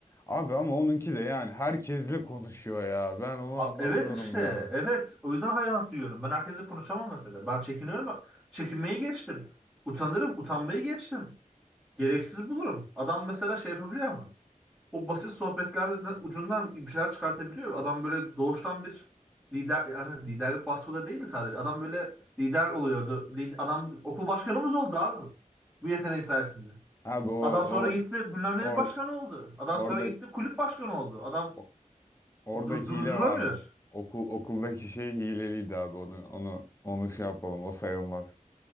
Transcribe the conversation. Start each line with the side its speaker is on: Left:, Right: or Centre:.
Left: Abi ama onunki de yani herkesle konuşuyor ya. Ben onu
Centre: A-
Left: anlamıyorum
Centre: Evet işte
Left: ya.
Centre: evet o yüzden hayranlık duyuyorum. Ben herkesle konuşamam mesela. Ben çekiniyorum ama çekinmeyi geçtim. Utanırım utanmayı geçtim. Gereksiz bulurum. Adam mesela şey yapabiliyor ama o basit sohbetlerden ucundan bir şeyler çıkartabiliyor. Adam böyle doğuştan bir lider yani liderlik vasfı da değildi sadece. Adam böyle lider oluyordu. Lid- Adam okul başkanımız oldu abi. Bu yeteneği sayesinde.
Left: Abi o
Centre: Adam sonra
Left: o
Centre: gitti bilmem ne
Left: or,
Centre: başkanı oldu. Adam
Left: orada
Centre: sonra gitti kulüp başkanı oldu. Adam
Left: o- orada
Centre: du-
Left: hile
Centre: durdurulamıyor.
Left: vardı. Okul okuldaki şey hileliydi abi. Onu onu onu şey yapalım. O sayılmaz.